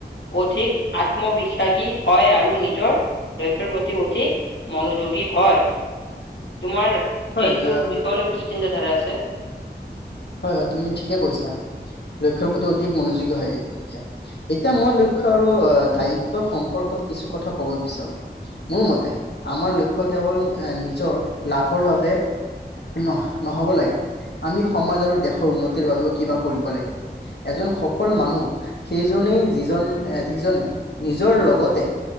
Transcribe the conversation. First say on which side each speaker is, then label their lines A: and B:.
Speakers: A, on the left; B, on the left.
A: অধিক আত্মবিশ্বাসী হয় আৰু নিজৰ, লক্ষ্ৰ প্ৰতি অধিক। মনোযোগী হয়। তোমাৰ
B: হয়,
A: এইটো
B: আহ
A: বিষয়লৈ কি চিন্তাধাৰা আছে?
B: হয়, হয়। তুমি ঠিকে কৈছা। লক্ষ্যৰ প্ৰতি অধিক মনোযোগী হয়, তেতিয়া। এতিয়া মই, লক্ষ্য আৰু দায়িত্বৰ সম্পৰ্কত কিছু কথা কব বিচাৰো। মোৰ মতে, আমাৰ লক্ষ্য কেৱল এ, নিজৰ লাভৰ বাবে। নহ, নহব লাগে। আমি সমাজ আৰু দেশৰ উন্নতিৰ বাবেও কিবা কৰিব লাগে। এজন সফল মানুহ। সেইজনেই যিজন, যিজনে নিজৰ লগতে।